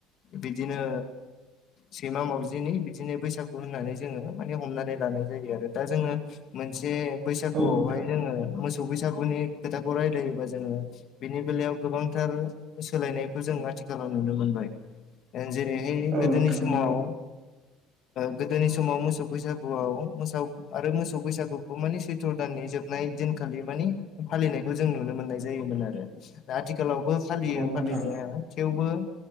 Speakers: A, on the left; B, on the right.
A: बिदिनो सैमा मावजि बिनो बिदिनो बैसागु होननानै जोङो माने हमनानै लानाय जायो आरो दा जोङो मोनसे बैसागुआवहाय
B: औ नोंथां
A: जोङो मोसौ बैसागुनि खोथाखौ रायलायोबा जोङो बेनि बेलायाव गोबांथार सोलायनायखौ जों आथिखालाव नुनो मोनबाय ओन जेरै इन
B: औ
A: गोदोन
B: नोंथां
A: समाव
B: नंगौ
A: गोदोनि समाव मोसौ बैसागुआव मोस आरो मोसौ बैसागुखौ माने सैथ्र' दाननि जोब नाय दिनखालि मानि फालिनायखौ जों नुनो मोननाय जायोमोन आरो आथिखालावबो फालियो
B: औ नोंथां
A: फालिनाया थेवबो